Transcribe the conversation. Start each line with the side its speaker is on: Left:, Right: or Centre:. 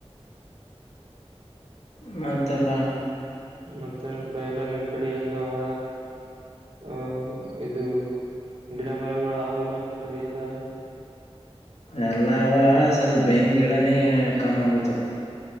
Left: ಮತ್ತೆ ಪಾ
Right: ಮತ್ತೆಪ ಎಲ್ಲ ನಿಮ್ ಕಡೆ ಹೆಂಗವ ಹಹ ಇದು ಗಿಡ ಮರಗಳು ಅವೆಲ್ಲ ನಿಮ್ಮ ಕಡೆ ಎಲ್ಲ
Left: ಎಲ್ಲವ ಸ್ವಲ್ಪ ಬೇವಿನ್ ಗಿಡನೇ ಕಮ್ಮ ಆಗುತ್ತು